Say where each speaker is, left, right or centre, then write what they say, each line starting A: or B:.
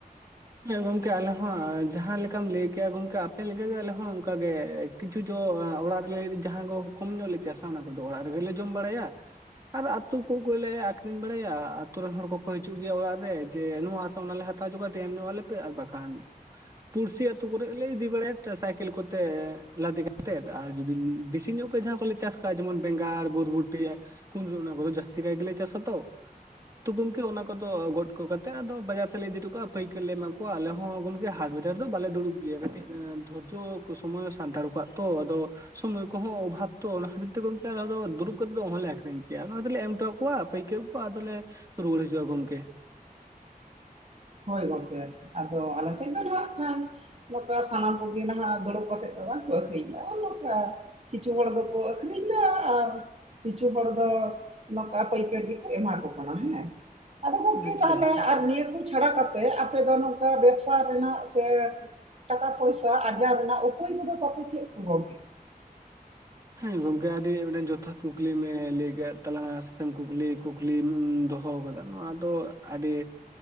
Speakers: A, on the right; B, on the right.
A: ᱦᱮᱸ ᱜᱚᱝᱠᱮ ᱟᱞᱮ ᱦᱚᱸ ᱡᱟᱦᱟᱸ ᱞᱮᱠᱟᱢ ᱞᱟᱹᱭ ᱠᱮᱭᱟ ᱜᱚᱝᱠᱮ ᱟᱯᱮ ᱞᱮᱠᱟᱜᱮ ᱟᱞᱮ ᱦᱚᱸ ᱚᱱᱠᱟᱜᱮ ᱠᱤᱪᱷᱩ ᱡᱚ ᱮᱸ ᱚᱲᱟᱜ ᱨᱮᱞᱟᱹᱜᱤᱫ ᱡᱟᱦᱟᱸ ᱠᱚ ᱠᱚᱢ ᱧᱚᱜ ᱞᱮ ᱪᱟᱥᱟ ᱚᱱᱟ ᱠᱚᱫᱚ ᱚᱲᱟᱜ ᱨᱮᱜᱮᱞᱮ ᱡᱚᱢ ᱵᱟᱲᱟᱭᱟ᱾ ᱟᱨ ᱟᱛᱳ ᱠᱚᱜᱚᱭᱞᱮ ᱟᱠᱷᱨᱤᱧ ᱵᱟᱲᱟᱭᱟ ᱟᱛᱳ ᱨᱮᱱ ᱦᱚᱲ ᱠᱚᱠᱚ ᱦᱟᱹᱡᱩᱜ ᱜᱮᱭᱟ ᱚᱲᱟᱜ ᱨᱮ ᱡᱮ ᱱᱚᱣᱟ ᱚᱱᱟᱞᱮ ᱦᱟᱛᱟᱣᱡᱚᱜᱟ ᱫᱮ ᱮᱢ ᱧᱚᱜ ᱟᱞᱮᱯᱮ ᱟᱨ ᱵᱟᱠᱷᱟᱱ ᱯᱩᱲᱥᱤ ᱟᱹᱛᱩ ᱠᱚᱨᱮᱜ ᱞᱮ ᱤᱫᱤ ᱵᱟᱲᱟᱭᱮ ᱛᱮ ᱥᱟᱭᱠᱮᱞ ᱠᱚᱛᱮ ᱞᱟᱫᱮ ᱠᱟᱛᱮᱫ ᱟᱨ ᱡᱩᱫᱤ ᱵᱮᱥᱤ ᱧᱚᱜ ᱠᱚ ᱡᱟᱦᱟᱸ ᱠᱚᱞᱮ ᱪᱟᱥ ᱠᱟᱜᱼᱟ ᱡᱮᱢᱚᱱ ᱵᱮᱸᱜᱟᱲ ᱵᱚᱨᱵᱩᱴᱤ ᱠᱩᱱᱫᱨᱤ ᱚᱱᱟ ᱠᱚᱫᱚ ᱡᱟᱹᱥᱛᱤ ᱠᱟᱭ ᱜᱮᱞᱮ ᱪᱟᱥᱟ ᱛᱚ ᱛᱚ ᱜᱚᱢᱠᱮ ᱚᱱᱟ ᱠᱚᱫᱚ ᱜᱚᱴ ᱠᱚ ᱠᱟᱛᱮ ᱟᱫᱚ ᱵᱟᱡᱟᱨ ᱥᱮᱫ ᱞᱮ ᱤᱫᱤᱴᱚ ᱠᱟᱜᱼᱟ ᱯᱟᱹᱭ ᱠᱟᱹᱨ ᱞᱮ ᱮᱢᱟ ᱠᱚᱣᱟ ᱟᱞᱮ ᱦᱚᱸ ᱜᱚᱢᱠᱮ ᱦᱟᱴ ᱵᱟᱡᱟᱨ ᱫᱚ ᱵᱟᱞᱮ ᱫᱩᱲᱩᱵ ᱜᱮᱭᱟ ᱠᱟᱹᱴᱤᱡ ᱫᱷᱳᱨᱡᱳ ᱠᱚ ᱥᱚᱢᱚᱭ ᱥᱟᱱᱛᱟᱲ ᱠᱚᱣᱟᱜ ᱛᱚ ᱟᱫᱚ ᱥᱚᱢᱚᱭ ᱠᱚᱦᱚᱸ ᱚᱵᱷᱟᱵ ᱛᱚ ᱚᱱᱟ ᱠᱷᱟᱹᱛᱤᱨ ᱛᱮ ᱜᱚᱢᱠᱮ ᱟᱞᱮ ᱫᱚ ᱫᱩᱲᱩᱵ ᱠᱟᱛᱮᱫ ᱫᱚ ᱚᱦᱚᱞᱮ ᱟᱠᱷᱨᱤᱧ ᱠᱮᱭᱟ ᱚᱱᱟ ᱫᱚᱞᱮ ᱮᱢ ᱦᱚᱴᱚ ᱠᱚᱣᱟ ᱯᱟᱹᱭᱠᱟᱹᱨ ᱟᱫᱚᱞᱮ ᱨᱩᱣᱟᱹᱲ ᱦᱤᱡᱩᱜᱼᱟ ᱜᱚᱝᱠᱮ
B: ᱦᱳᱭ ᱜᱚᱝᱠᱮ ᱟᱫᱚ ᱟᱞᱮ ᱥᱮᱫ ᱫᱚ ᱱᱟᱦᱟᱜ ᱠᱷᱟᱱ ᱱᱚᱝᱠᱟ ᱥᱟᱢᱟᱱᱟᱢ ᱠᱚᱜᱮ ᱱᱟᱦᱟᱜ ᱫᱩᱲᱩᱵ ᱠᱟᱛᱮᱜ ᱫᱚ ᱵᱟᱝᱠᱚ ᱟᱠᱷᱨᱤᱧ ᱮᱫᱟ ᱦᱚᱸᱜ-ᱚ ᱱᱚᱝᱠᱟ ᱠᱤᱪᱷᱩ ᱦᱚᱲ ᱫᱚᱠᱚ ᱟᱹᱠᱷᱨᱤᱧᱫᱟ ᱟᱨ ᱠᱤᱪᱷᱩ ᱦᱚᱲ ᱫᱚ ᱱᱚᱠᱟ ᱯᱟᱹᱭᱠᱟᱹᱨ ᱜᱮᱠᱚ ᱮᱢᱟ ᱠᱚ ᱠᱟᱱᱟ ᱦᱮᱸ ᱟᱫᱚ ᱜᱚᱝᱠᱮ
A: ᱟᱪᱪᱷᱟ
B: ᱛᱟᱦᱚᱞᱮ
A: ᱟᱪᱪᱷᱟ
B: ᱟᱨ ᱱᱤᱭᱟᱹ ᱠᱚ ᱪᱷᱟᱲᱟ ᱠᱟᱛᱮᱫ ᱟᱯᱮ ᱫᱚ ᱱᱚᱝᱠᱟ ᱵᱮᱵᱽᱥᱟ ᱨᱮᱱᱟᱜ ᱥᱮ ᱴᱟᱠᱟ ᱯᱚᱭᱥᱟ ᱟᱨᱡᱟᱣ ᱨᱮᱱᱟᱜ ᱩᱯᱟᱹᱭ ᱠᱚᱫᱚ ᱛᱟᱯᱮ ᱪᱮᱫ ᱠᱚ ᱜᱚᱝᱠᱮ
A: ᱦᱮᱸ ᱜᱚᱝᱠᱮ ᱟᱹᱰᱤ ᱴᱮᱫᱴᱮᱱ ᱡᱚᱛᱷᱟᱛ ᱠᱩᱠᱞᱤᱢ ᱞᱟᱹᱭ ᱠᱮᱫ ᱛᱟᱞᱟᱝᱟ ᱥᱮᱢ ᱠᱩᱠᱞᱤ ᱠᱩᱠ ᱞᱤᱢ ᱫᱚᱦᱚ ᱟᱠᱟᱫᱟ ᱱᱚᱣᱟ ᱫᱚ ᱟᱹᱰᱤ